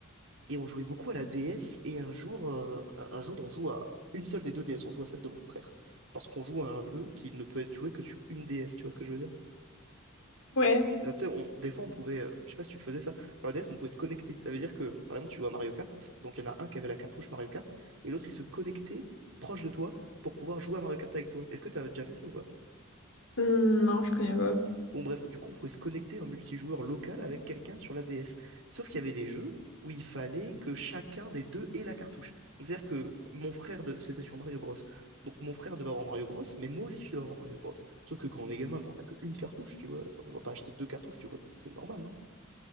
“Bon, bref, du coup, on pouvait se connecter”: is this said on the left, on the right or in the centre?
Right